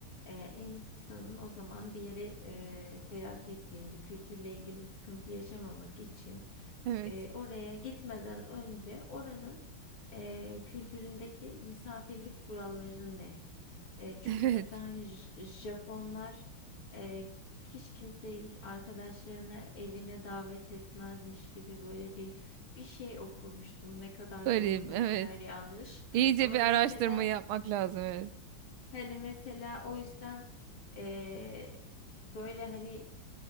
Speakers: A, on the left; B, on the right.
A: e, insanın o zaman bir yere e, seyahat ettiğinde kültürle ilgili sıkıntı yaşamamak için
B: Evet.
A: e, oraya gitmeden önce oranın e, kültüründeki misafirlik kuralları ne? E, çünkü
B: <laughs> Evet.
A: mesela hani J- Japonlar e, hiç kimseyi arkadaşlarını evine davet etmezmiş gibi böyle bir bir şey okumuştum. Ne kadar
B: Garip.
A: doğru ne
B: Evet.
A: kadar yanlış.
B: İyice
A: Ama
B: bir araştırma
A: mesela
B: yapmak lazım. Evet.
A: hani mesela o yüzden e, böyle hani